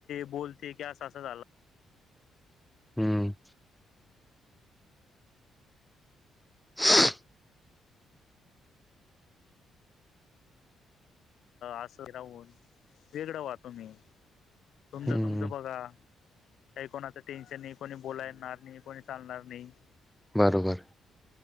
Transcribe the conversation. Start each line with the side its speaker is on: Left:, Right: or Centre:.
Left: बोलते की अस अस झाल?
Centre: हम्म <inaudible>
Left: अस राहून. वेगळं व्हा तुम्ही? तुमच
Centre: हम्म
Left: तुम बघा काही कोणाच टेन्शन नाही कोणी बोलाय येणार नाही कोणी चालणार नाही.
Centre: बरोबर